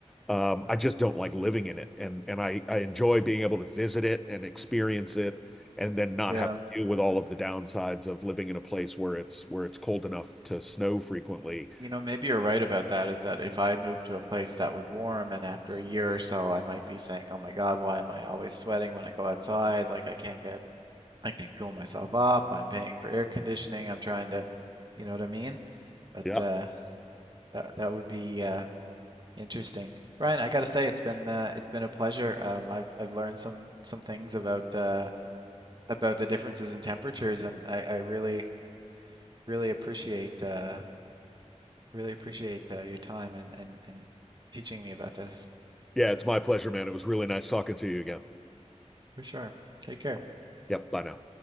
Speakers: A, in the centre; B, on the right.
A: Um,
B: well,
A: I just don't like living in it. And and I I enjoy being able to visit it and experience it and
B: <laughs>
A: then not
B: Yeah.
A: have to deal with all of the downsides of living in a place where it's where it's cold enough to snow frequently.
B: You know, maybe you're right about that, is that if I moved to a place that was warm and after a year or so, I might be saying, oh my God, why am I always sweating when I go outside? Like I can't get, I can't cool myself up. I'm paying for air conditioning. I'm trying to, you know what I mean? But
A: Yep.
B: uh, that that would be uh, interesting. Brian, I gotta say, it's been uh, it's been a pleasure. Um, I've I've learned some some things about uh, about the differences in temperatures, and I, I really really appreciate uh, I really appreciate uh, your time and, and, and teaching me about this.
A: Yeah, it's my pleasure, man. It was really nice talking to you again.
B: For sure. Take care.
A: Yep. Bye now.